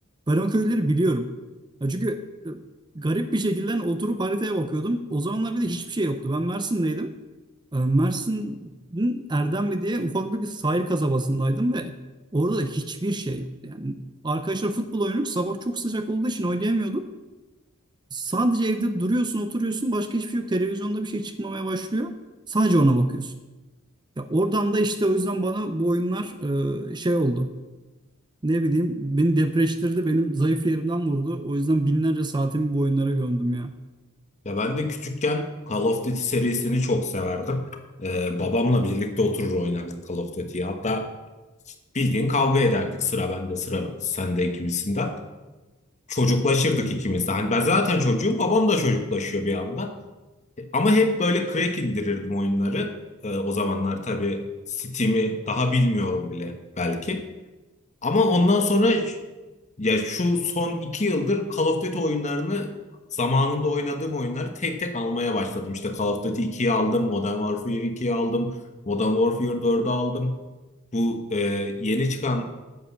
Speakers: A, on the right; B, on the left.
A: Ben o köyleri biliyorum. Ya çünkü e, garip bir şekilde oturup haritaya bakıyordum. O zamanlar bir de hiçbir şey yoktu. Ben Mersin'deydim. E, Mersin'in Erdemli diye ufak bir sahil kasabasındaydım ve orada da hiçbir şey yoktu. Yani arkadaşlar futbol oynuyorduk. Sabah çok sıcak olduğu için oynayamıyorduk. Sadece evde duruyorsun, oturuyorsun. Başka hiçbir şey yok. Televizyonda bir şey çıkmamaya başlıyor. Sadece ona bakıyorsun. Ya oradan da işte o yüzden bana bu oyunlar e, şey oldu. Ne bileyim beni depreştirdi. Benim zayıf yerimden vurdu. O yüzden binlerce saatimi bu oyunlara gömdüm ya.
B: Ya ben de küçükken Call of Duty serisini çok severdim. Ee, babamla birlikte oturur oynardık Call of Duty'yi. Hatta bildiğin kavga ederdik sıra bende sıra sende gibisinden. Çocuklaşırdık ikimiz de. Hani ben zaten çocuğum babam da çocuklaşıyor bir anda. Ama hep böyle crack indirirdim oyunları. Ee, o zamanlar tabii Steam'i daha bilmiyorum bile belki. Ama ondan sonra ya şu son iki yıldır Call of Duty oyunlarını zamanında oynadığım oyunları tek tek almaya başladım. İşte Call of Duty 2'yi aldım, Modern Warfare 2'yi aldım, Modern Warfare 4'ü aldım. Bu e, yeni çıkan